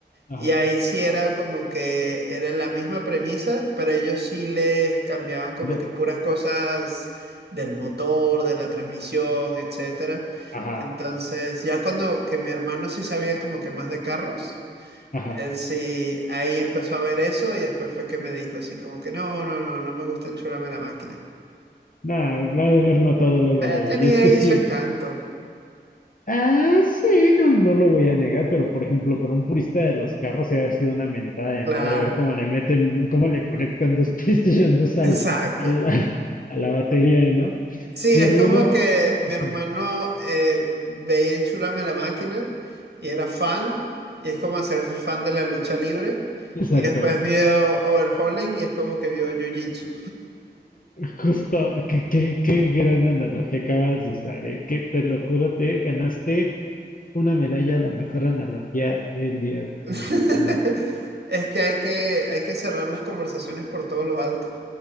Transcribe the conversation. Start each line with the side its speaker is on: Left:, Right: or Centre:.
Left: Ajá,
Right: Y ahí sí era como que era la misma premisa, pero ellos sí les cambiaban como
Left: le-
Right: que puras cosas del motor, de la transmisión, etcétera.
Left: ajá,
Right: Entonces, ya cuando que mi hermano sí sabía como que más de carros,
Left: ajá.
Right: él sí ahí empezó a ver eso y después fue que me dijo así como que no, no, no, no me gusta enchularme la máquina.
Left: Nada, la ha de ver notado luego,
Right: Eh,
Left: luego.
Right: tenía
Left: Y es
Right: ahí
Left: que sí,
Right: su encanto.
Left: Ah, sí, no, no lo voy a negar, pero por ejemplo, para un purista de los carros, se haber sido una mentada de
Right: Claro,
Left: madre ver cómo le meten, cómo le conectan dos <laughs> PlayStation dos al,
Right: <laughs> exacto.
Left: al, al- a la batería, ¿no?
Right: Sí,
Left: Mi
Right: es
Left: hermano,
Right: como que mi hermano
Left: sí,
Right: eh, veía en Chulame la Máquina y era fan, y es como hacerse fan de la lucha libre.
Left: exacto,
Right: Y después vio Overhauling y es como que vio Jiu-Jitsu.
Left: justo, qué, qué, qué gran analogía acabas de usar, ¿eh? Que te lo juro, te ganaste una medalla a la mejor analogía del día de
Right: <laughs>
Left: hoy, mi hermano.
Right: Es que hay que, hay que cerrar las conversaciones por todo lo alto,